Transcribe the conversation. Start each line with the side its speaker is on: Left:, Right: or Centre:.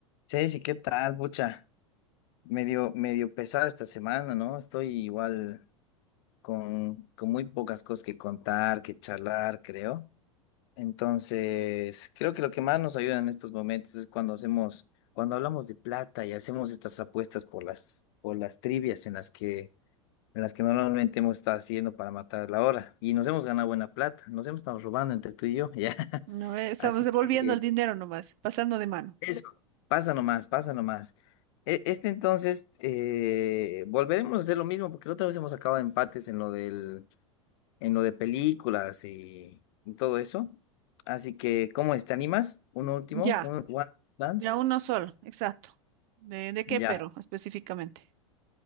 Left: Chelsea, ¿qué tal, pucha? Medio, medio pesada esta semana, ¿no? Estoy igual con, con muy pocas cosas que contar, que charlar, creo. Entonces, creo que lo que más nos ayuda en estos momentos es cuando hacemos, cuando hablamos de plata y hacemos estas apuestas por las, por las trivias en las que, en las que normalmente hemos estado haciendo para matar la hora. Y nos hemos ganado buena plata, nos hemos estado robando entre tú y yo, <laughs> ¿ya?
Right: No, eh, estamos
Left: Así
Right: devolviendo
Left: que
Right: el dinero nomás, pasando de mano.
Left: Eso, pasa nomás, pasa nomás. E- Este entonces, eh, volveremos a hacer lo mismo, porque la otra vez hemos acabado empates en lo del, en lo de películas y, y todo eso. Así que, ¿cómo es? ¿Te animas? Un último,
Right: Ya,
Left: un One Dance.
Right: ya uno solo, exacto. ¿De, de qué
Left: Ya.
Right: pero específicamente?